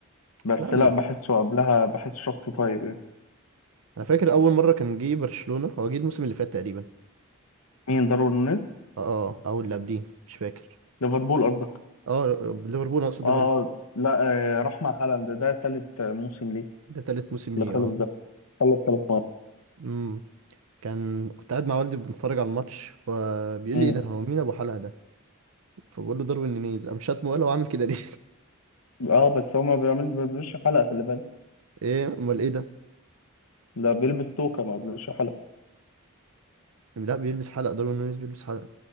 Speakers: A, on the left (about 85°); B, on the right (about 70°).
A: بس
B: لا م-
A: لا بحسه قبلها بحسه شخص طيب يعني
B: انا فاكر اول مره كان جه برشلونه هو جه الموسم اللي فات تقريبا
A: مين داروين نونيز
B: اه آه، او اللي قبليه مش فاكر
A: ليفربول قصدك
B: اه ليفربول أنا اقصد
A: اه
B: ليفربول
A: آه، لا آه، راح مع هالاند ده تالت موسم ليه
B: ده تالت موسم
A: اللي
B: ليه
A: خلص
B: اه
A: ده خلص ثلاث مرات
B: امم كان كنت قاعد مع والدي بنتفرج على الماتش فبيقول
A: مم.
B: لي ايه ده هو مين ابو حلقه ده فبقول له داروين نونيز قام شاتمه وقال هو عامل كده ليه
A: اه بس هو ما بيعملش ما بيعملش حلقة في اللي بالك
B: <laughs> ايه امال ايه ده
A: ده بيلبس توكة ما بيلبسش حلقة
B: لا بيلبس حلقه داروين نونيز بيلبس حلقه